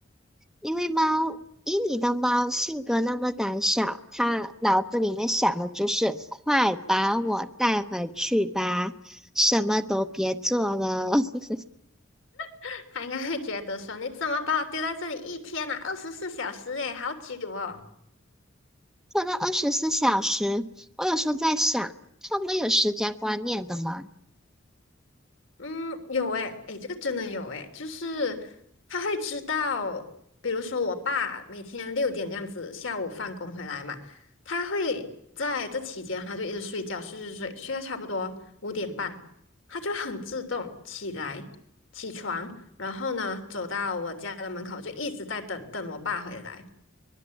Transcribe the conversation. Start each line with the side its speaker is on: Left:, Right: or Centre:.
Centre: 因为猫，以你的猫性格那么胆小，它脑子里面想的就是快把我带回去吧，什么都别做了。<laughs>
Left: <laughs> 他应该会觉得说你怎么把我丢在这里一天啊，二十四小时诶，好久哦。
Centre: 放到二十四小时，我有时候在想，他们有时间观念的吗？
Left: 嗯，有诶，诶，这个真的有诶，就是他会知道，比如说我爸每天六点这样子下午放工回来嘛，他会在这期间他就一直睡觉，睡睡睡，睡到差不多五点半，他就很自动起来起床，然后呢走到我家的门口就一直在等等我爸回来。